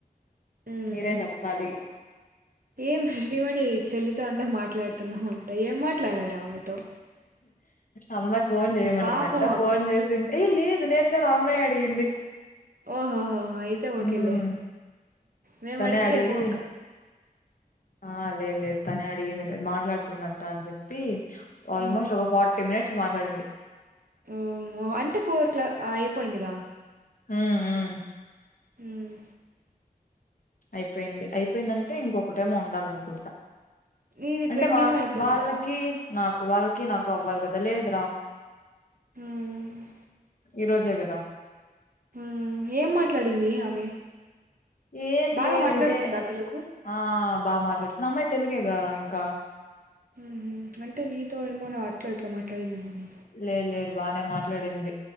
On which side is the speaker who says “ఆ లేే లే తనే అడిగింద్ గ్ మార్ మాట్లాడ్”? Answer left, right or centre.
Left